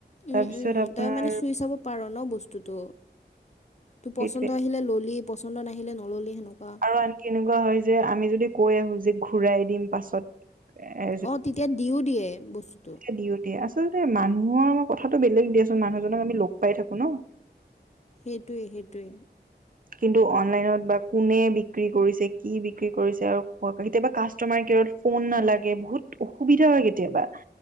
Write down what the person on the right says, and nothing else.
তাৰপিছত
আপোনাৰ
সেইটোৱে
আৰু আনকি এনেকুৱা হয় যে আমি যদি কৈ আহো যে ঘূৰাই দিম পাছত এ
দিওঁ দিয়ে। আচলতে মানুহৰ আমাৰ কথাটো বেলেগ দিয়াচোন মানুহজনক আমি লগ পাই থাকো ন।
কিন্তু অনলাইনত বা কোনে বিক্ৰী কৰিছে, কি বিক্ৰী কৰিছে, আৰু কেতিয়াবা কাষ্টমাৰ কেয়াৰত ফোন নালাগে, বহুত অসুবিধা হয় কেতিয়াবা।